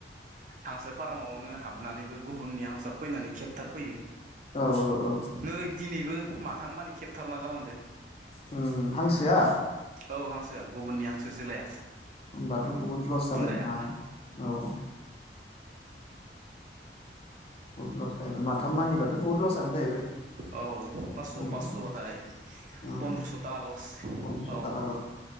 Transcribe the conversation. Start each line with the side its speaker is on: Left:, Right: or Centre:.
Right: हांसो फार्मआवनो हाबनानैबो गुबुननि हांसोआव फैनानै खेबथारफैयो
Left: औ औ औ
Right: नै दिनैबो माथाम मानि खेबथारना गालांदों
Left: उम हांसोआ
Right: औ हांसोआ गुबुननि हांसो जोलाया
Left: होमबाथ' बुहुद लस जाबाय
Right: बुन्दाया
Left: नोंथाङा औ बुहुत लस जाहैबाय माथाम मानिबाथ' बुहुद लसआ जाहैबाय
Right: औ पास्स'
Left: उम
Right: पास्स' बाथाय
Left: उम
Right: पन्द्रस' थाखा लस
Left: पन्द्रस'
Right: औ
Left: थाखा लस